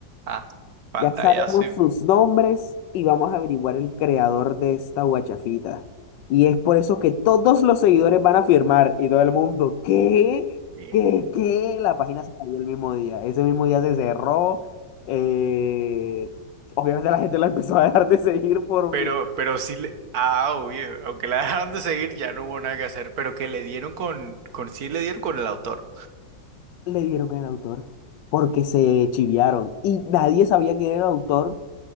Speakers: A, on the right; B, on the left.
A: Ah, pantallazo
B: Ya sabemos
A: y...
B: sus nombres y vamos a averiguar el creador de esta guachafita. Y es por eso que todos los seguidores van a firmar y todo el mundo, ¿qué?
A: Eh.
B: ¿Qué? ¿Qué? La página se cayó el mismo día. Ese mismo día se cerró. eh, Obviamente la gente la empezó a dejar de seguir por
A: Pero,
B: mí.
A: pero sí le... Ah, obvio, aunque la dejaron de seguir ya no hubo nada que hacer, pero que le dieron con, con sí le dieron con el autor.
B: Le dieron con el autor porque se chiviaron y nadie sabía quién era el autor.